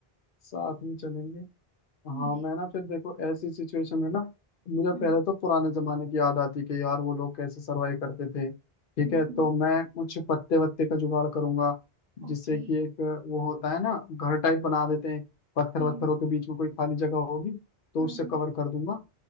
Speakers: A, on the left (about 60°); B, on the right (about 70°).
A: साथ में चलेंगे हाँ
B: नहीं
A: मैं ना फिर देखो ऐसी सिचुएशन में ना मुझे
B: हम्म
A: पहले तो पुराने जमाने की याद आती कि यार वो लोग कैसे सरवाइव करते थे ठीक
B: हम्म
A: है
B: okay,
A: तो
B: हम्म
A: मैं कुछ पत्ते वत्ते का जुगाड़ करूंगा
B: ओके
A: जिससे कि एक वो होता है ना घर टाइप बना देते हैं पत्थर
B: हम्म
A: वत्थरों के बीच में कोई खाली जगह होगी तो
B: हम्म
A: उससे
B: हम्म
A: कवर कर दूंगा